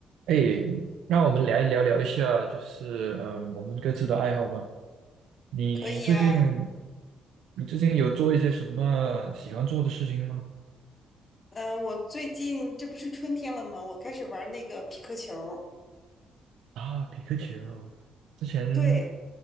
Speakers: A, on the right; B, on the left.
A: 哎，那我们来聊聊一下，就是嗯，我们各自的爱好吧。你最近，
B: 可以啊，
A: 你最近有做一些什么喜欢做的事情吗？
B: 嗯、我最近这不是春天了吗？我开始玩那个匹克球儿
A: 啊，皮克球，之前
B: 对